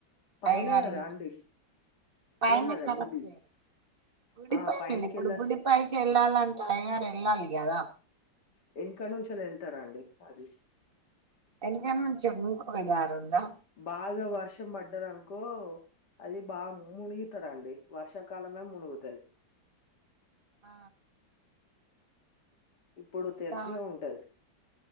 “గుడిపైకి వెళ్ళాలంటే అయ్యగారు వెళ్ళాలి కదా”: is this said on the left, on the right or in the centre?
Right